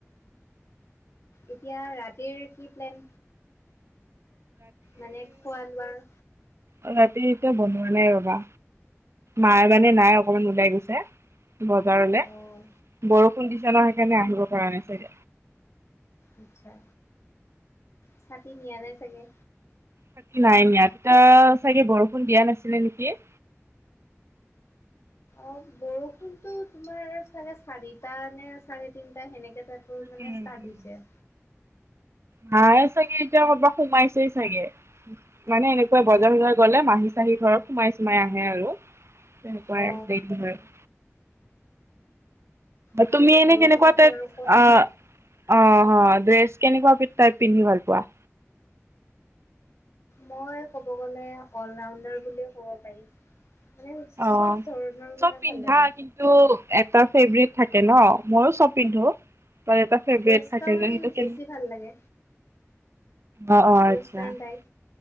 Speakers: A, on the left (about 60°); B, on the right (about 60°).
A: এতিয়া ৰাতিৰ কি প্লেন মানে খোৱা লোৱাৰ?
B: অ', ৰাতি এতিয়া বনোৱা নাই ৰ'বা মায় মানে নাই অকমান ওলাই গৈছে বজাৰলে
A: অ',
B: বৰষুণ দিছে সেইকাৰণে আহিব পৰা নাই চ
A: আচছা, ছাতি নিয়া নাই চাগে?
B: থাৰ্ি <unintelligible> নাই ন ইয়াততিা চাগে বৰষুণ দিয়া নাছিলে নেকি
A: অ', বৰষুণতটো তোমাৰ চাগে চাৰিটা নে চাৰে তিনটা সেনেকে
B: উম
A: মানে
B: উম
A: ষ্টাৰ্ট হৈছে।
B: মায়ে চাগে এতিয়া কৰ'বাত সোমাইছেই চাগে। মানে এনেকুৱা বজাৰ চজাৰ গলে মাহী চাহী ঘৰৰত সোমাই চোমাই আহে আৰু। তেনেকুৱাই
A: অ'।
B: দগ ধ হয় <unintelligible>
A: আৰু
B: তুমি
A: এতিয়া
B: এনেই
A: বৰষুণতো
B: যেনেকুৱা ত
A: আৰু ক'ত আহিব।
B: আহ <inaudible> অ', ড্ৰেছ কেনেকুৱা টাইপ পিন্ধি ভাল পোৱা?
A: মই ক'ব গ'লে অলৰাউনডাৰ বুলি ক'ব পাৰি। মানে
B: অ
A: চব ধৰণৰ
B: চব
A: মানে
B: পিন্ধা
A: ভাল লাগে।
B: কিন্তু এটা ফেভট থাকে ন, ময়ো চব পিন্ধো, ত এটা
A: ৱেষ্টাৰ্ণ
B: থাকে স
A: বেছি ভাল লাগে।
B: অ অ আচছা
A: ৱেষ্টাৰ্ণ
B: <inaudible> <unintelligible>
A: টাইপ।